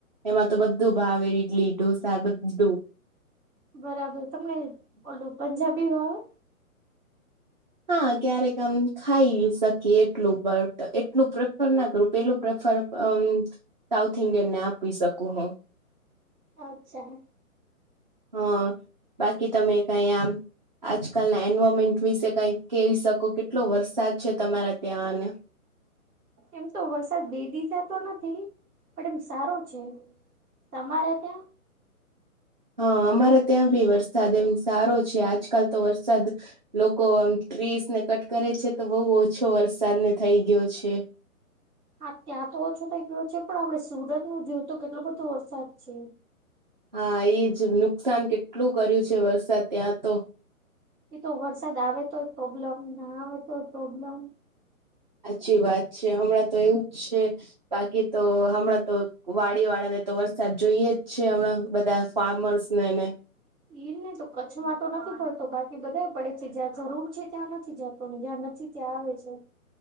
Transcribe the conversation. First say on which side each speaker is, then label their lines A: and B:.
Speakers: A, on the right (about 35°); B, on the right (about 75°).
A: એમાં તો બધું ભાવે ઈડલી ઢોસા બધુ
B: બરાબર તમને બોલું પંજાબી આવે
A: હા ક્યારેક આમ ખાઈ શકીએ એટલું બ એટલું પ્રેફર ના કરું પેલુ પ્રેફર અમ સાઉથ ઇન્ડિયન ને આપી શકું હુ
B: અચ્છા
A: હ બાકી તમે કઈ આમ આજકાલના એન્વાયરમેન્ટ વિશે કઈ કે શકો કેટલો વરસાદ છે, તમારા ત્યાંને
B: એમ તો વરસાદ બે દીધાતો નથી પણ એમ સારો છે. તમામારે ત
A: હા અમારે ત્યાં ભી વરસાદ એમ સારો છે આજકાલ તો વરસાદ લોકો આમ ટ્રીસ ને કટ કરે છે તો બહુ ઓછો વરસાદ ને થઈ ગયો છે.
B: હા ત્યાં તો ઓછો થઈ ગયો છે પણ આપડે સુરત નું જોયું તો કેટલો બધો વરસાદ છે.
A: હા એ જ નુકસાન કેટલું કર્યું છે, વરસાદ ત્યા તો
B: એ તો વરસાદ આવે તોય પ્રોબ્લેમ ના આવે તો પ્રોબ્લેમ
A: સાચચી વાત છે હમણાં તો એવું જ છે. બાકી તો હમણાં તો વાડી વાળા ને તો વરસાદ જોઈએ જ છે, હમણા બધા ફાર્મર્સને એ ને
B: ઈર ને તો કચ્છમાં તો નથી પડતો બાકી બધા પડે છે જ્યાં જરૂર છે, ત્યાં નથી જતો ને જ્યાં નથી. ક્યાં આવે છે.